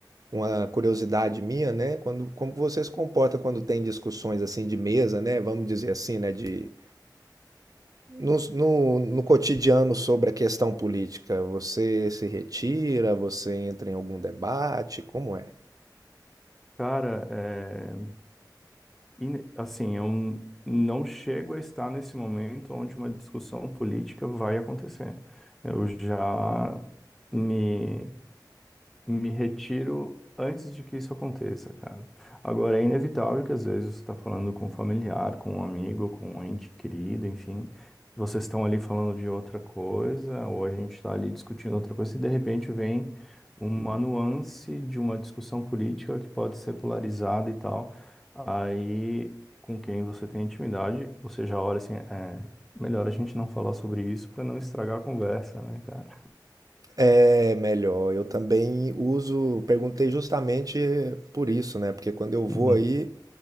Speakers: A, on the right; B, in the centre.
A: uma curiosidade minha, né? Quando, como você se comporta quando tem discussões assim de mesa, né? Vamos dizer assim, né? De, no, no, no cotidiano sobre a questão política, você se retira, você entra em algum debate, como é?
B: Cara, é, E, assim, eu não chego a estar nesse momento onde uma discussão política vai acontecer. Eu já me me retiro antes de que isso aconteça, cara. Agora, é inevitável que às vezes você está falando com um familiar, com um amigo, com um ente querido, enfim. Vocês estão ali falando de outra coisa, ou a gente está ali discutindo outra coisa, e de repente vem uma nuance de uma discussão política que pode ser polarizada e tal. Aí, com quem você tem intimidade, você já olha assim, é, melhor a gente não falar sobre isso para não estragar a conversa, né, cara?
A: É melhor, eu também uso, perguntei justamente por isso, né? Porque quando eu vou
B: Uhum.
A: aí,